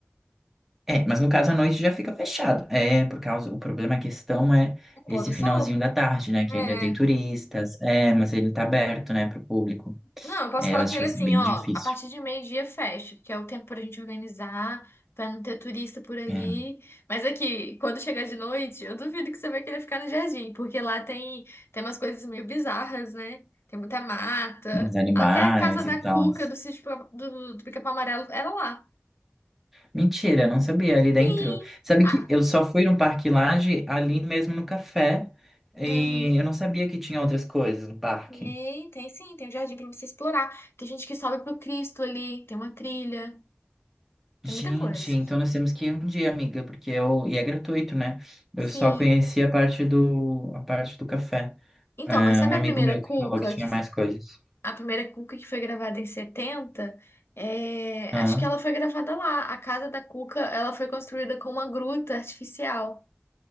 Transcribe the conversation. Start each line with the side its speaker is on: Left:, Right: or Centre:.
Centre: É, mas no caso à noite já fica fechado. É, por causa, o problema, a questão é
Left: O pôr
Centre: esse
Left: do
Centre: finalzinho
Left: sol.
Centre: da tarde, né? Que
Left: É.
Centre: ainda tem turistas. É, mas ele tá aberto, né, pro público.
Left: Não, eu posso
Centre: É,
Left: falar
Centre: eu acho
Left: com
Centre: que
Left: ele
Centre: vai
Left: assim,
Centre: ser bem
Left: ó,
Centre: difícil.
Left: a partir de meio-dia fecha, porque é o tempo pra gente organizar, pra não ter turista por ali.
Centre: É,
Left: Mas aqui, quando chegar de noite, eu duvido que você vai querer ficar no jardim, porque lá tem, tem umas coisas meio bizarras, né? Tem muita mata.
Centre: os animais
Left: Até a casa da
Centre: e tal.
Left: Cuca do sítio Pica- do, do Pica-Pau Amarelo era lá.
Centre: Mentira, não sabia ali dentro.
Left: Sim.
Centre: Sabe
Left: Ah,
Centre: que eu só fui no Parque Lage ali mesmo no café. E
Left: uhum.
Centre: eu não sabia que tinha outras coisas no parque.
Left: Tem, tem sim, tem um jardim pra você explorar. Tem gente que sobe pro Cristo ali, tem uma trilha, tem
Centre: Gente,
Left: muita coisa.
Centre: então nós temos que ir um dia, amiga, porque eu, e é gratuito, né? Eu
Left: Sim.
Centre: só conheci a parte do, a parte do café.
Left: Então,
Centre: É,
Left: mas sabe
Centre: um amigo
Left: a primeira
Centre: meu
Left: Cuca
Centre: que falou que tinha
Left: que
Centre: mais coisas.
Left: a primeira Cuca que foi gravada em setenta, É,
Centre: Ah,
Left: acho que ela foi gravada lá. A casa da Cuca, ela foi construída com uma gruta artificial.